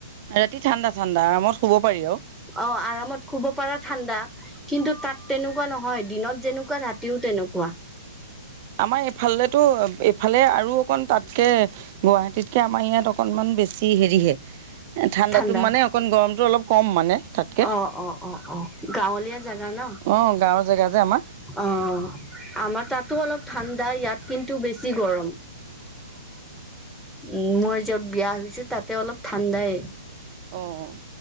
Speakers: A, on the right (about 40°); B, in the centre.
A: ৰাতি ঠাণ্ডা ঠাণ্ডা আৰামত শুব পাৰি আৰু।
B: অ আৰামত শুব পাৰা ঠাণ্ডা। কিন্তু তাত তেনেকুৱা নহয় দিনত যেনেকুৱা ৰাতিও তেনেকুৱা।
A: আমাৰ এইফালতো এইফালে আৰু অকন তাতকে- গুৱাহাটীতকে আমাৰ ইয়াত অকনমান বেছি হেৰিহে, ঠাণ্ডাটো
B: ঠাণ্ডা
A: মানে অকণ গৰমটো অলপ কম মানে। তাতকে
B: অ অ অ অ গাঁওলীয়া জাগা ন?
A: অ গাঁও জাগা যে আমাৰ।
B: অ আমাৰ তাতো অলপ ঠাণ্ডা ইয়াত কিন্তু বেছি গৰম। উম মই যত বিয়া হৈছো তাতে অলপ ঠাণ্ডাই।
A: অ'